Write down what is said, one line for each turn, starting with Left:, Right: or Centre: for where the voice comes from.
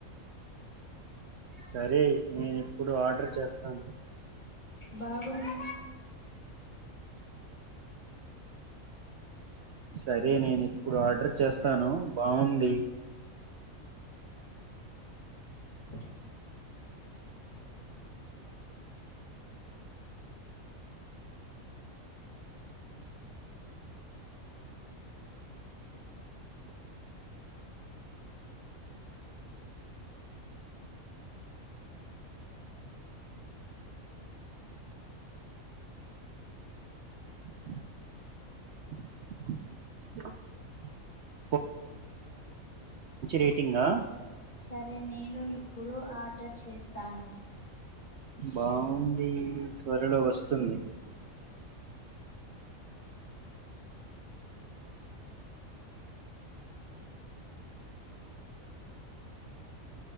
Right: సరే నేను ఇప్పుడు ఆర్డర్ చేస్తాను
Left: బాగుంది
Right: సరే నేను ఇప్పుడు ఆర్డర్ చేస్తాను బావుంది
Left: మరి
Right: ఇదిగో రేటింగా
Left: సరే నేను ఇ ఇప్పుడు ఆర్టర్ చేస్తాను
Right: బాగుంది త్వరలో వస్తుంది